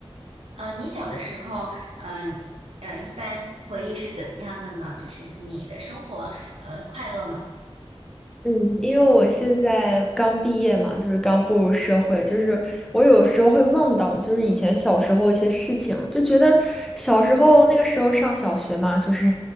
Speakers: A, on the right; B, in the centre.
A: 呃，你小的时候，嗯、呃、一般回忆是怎么样的呢？就是你的生活，呃，快乐吗？
B: 嗯，因为我现在刚毕业嘛，就是刚步入社会，就是我有时候会梦到，就是以前小时候一些事情，就觉得小时候那个时候上小学嘛，就是